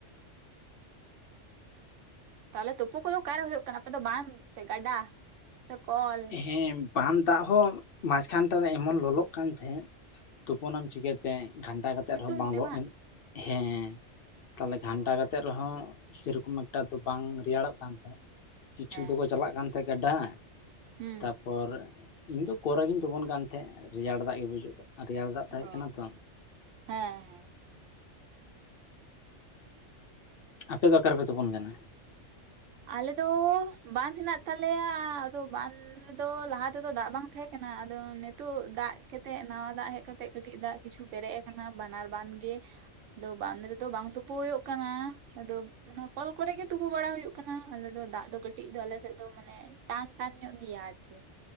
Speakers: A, on the right (about 80°); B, on the left (about 60°).
A: ᱛᱟᱦᱚᱞᱮ ᱛᱳᱯᱳ ᱠᱚᱫᱚ ᱚᱠᱟᱨᱮ ᱦᱳᱭᱳᱜ ᱠᱟᱱᱟ ᱟᱯᱮ ᱫᱚ ᱵᱟᱝᱸᱫ ᱥᱮ ᱜᱟᱰᱟ ᱥᱮ ᱠᱚᱞ
B: ᱦᱮᱸ ᱵᱟᱝᱸᱫ ᱫᱟᱜ ᱦᱚᱸ ᱢᱟᱡᱷ ᱠᱷᱟᱱᱴᱟ ᱨᱮ ᱮᱢᱚᱱ ᱞᱚᱞᱚᱜ ᱠᱟᱱ ᱛᱟᱦᱮᱸᱜ ᱛᱳᱯᱳᱱᱟᱢ ᱪᱤᱠᱟᱹᱛᱮ ᱜᱷᱟᱱᱴᱟ ᱠᱟᱛᱮᱜ
A: ᱥᱤᱛᱩᱝ
B: ᱨᱮᱦᱚᱸ ᱵᱟᱝ
A: ᱛᱮ
B: ᱞᱚᱜ ᱮᱢ ᱦᱮᱸ ᱛᱟᱦᱚᱞᱮ ᱜᱷᱟᱱᱴᱟ
A: ᱚ
B: ᱠᱟᱛᱮᱜ ᱨᱮᱦᱚᱸ ᱥᱮᱨᱚᱠᱚᱢ ᱮᱠᱴᱟ ᱫᱚ ᱵᱟᱝ ᱨᱮᱭᱟᱲᱚᱜ ᱠᱟᱱ ᱛᱟᱦᱮᱸᱜ ᱠᱤᱪᱷᱩ
A: ᱦᱮᱸ
B: ᱫᱚᱠᱚ
A: ᱦᱮᱸ
B: ᱪᱟᱞᱟᱜ ᱠᱟᱱ ᱛᱟᱦᱮᱸ ᱜᱟᱰᱟ
A: ᱦᱩᱸ
B: ᱛᱟᱯᱚᱨ ᱤᱧ ᱫᱚ ᱠᱚᱨ ᱨᱮᱜᱤᱧ ᱛᱳᱯᱳᱱ ᱠᱟᱱ ᱛᱟᱦᱮᱸᱫ ᱨᱮᱭᱟᱲ ᱫᱟᱜ ᱵᱩᱡ ᱨᱮᱭᱟᱲ ᱫᱟᱜ ᱛᱟᱦᱮᱸᱜ
A: ᱚ
B: ᱠᱟᱱᱟ ᱛᱚ
A: ᱦᱮᱸ ᱦᱮᱸ
B: ᱟᱯᱮ ᱫᱚ ᱟᱠᱟᱨᱮᱯᱮ ᱛᱳᱯᱳᱱ ᱠᱟᱱᱟ
A: ᱟᱞᱮ ᱫᱚ ᱵᱟᱸᱫᱷ ᱦᱮᱱᱟᱜ ᱛᱟᱞᱮᱭᱟ ᱟᱫᱚ ᱵᱟᱸᱷ ᱨᱮᱫᱚ ᱞᱟᱦᱟ ᱛᱮᱫᱚ ᱫᱟᱜ ᱵᱟᱝ ᱛᱟᱦᱮᱸ ᱠᱟᱱᱟ ᱟᱫᱚ ᱱᱤᱛᱳ ᱫᱟᱜ ᱠᱟᱛᱮᱜ ᱱᱟᱣᱟ ᱫᱟᱜ ᱦᱮᱡ ᱠᱟᱛᱮᱜ ᱠᱟᱹᱴᱤᱡ ᱫᱟᱜ ᱠᱤᱪᱷᱩ ᱯᱮᱨᱮᱡ ᱠᱟᱱᱟ ᱵᱟᱱᱟᱨ ᱵᱟᱸᱫᱷ ᱜᱮ ᱟᱫᱚ ᱵᱟᱸᱫᱷ ᱨᱮᱫᱚ ᱵᱟᱝ ᱛᱳᱯᱳ ᱦᱩᱭᱩᱜ ᱠᱟᱱᱟ ᱟᱫᱚ ᱚᱱᱟ ᱠᱚᱞ ᱠᱚᱨᱮ ᱜᱮ ᱛᱳᱯᱳ ᱵᱟᱲᱟ ᱦᱩᱭᱩᱜ ᱠᱟᱱᱟ ᱟᱞᱮ ᱫᱚ ᱫᱟᱜ ᱫᱚ ᱠᱟᱹᱴᱤᱡ ᱫᱚ ᱟᱞᱮ ᱥᱮᱫ ᱫᱚ ᱢᱟᱱᱮ ᱴᱟᱱ ᱴᱟᱱ ᱧᱚᱜ ᱜᱮᱭᱟ ᱟᱨᱠᱤ